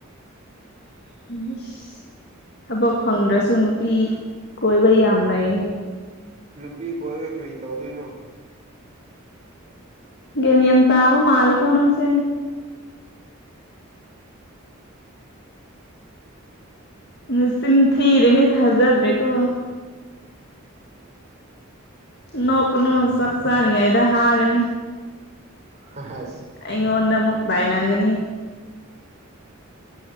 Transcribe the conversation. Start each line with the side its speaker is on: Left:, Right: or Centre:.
Left: <unintelligible> ꯊꯕꯛ ꯐꯪꯗ꯭ꯔꯁꯨ ꯅꯨꯄꯤ ꯀꯣꯏꯕ ꯌꯥꯝ ꯂꯩꯅꯤ
Right: ꯅꯨꯄꯤ ꯀꯣꯣꯏꯋꯦ ꯀꯔꯤ ꯇꯧꯗꯦꯅꯣ
Left: ꯑꯩ ꯅꯤꯌꯝ ꯇꯕ ꯃꯥꯂꯛꯣꯅꯁꯦ ꯃ ꯁꯤꯟ ꯊꯤꯔꯦꯅꯦ ꯊꯖꯗ꯭ꯔꯦ ꯀꯣ ꯅꯣꯛꯀꯅꯨ ꯁꯛꯁꯥꯔꯤ ꯏꯗ ꯍꯥꯒꯅꯤ
Right: ꯍ
Left: ꯑꯩꯉꯣꯗ ꯑꯃꯨꯛ ꯥꯏꯅꯒꯅꯤ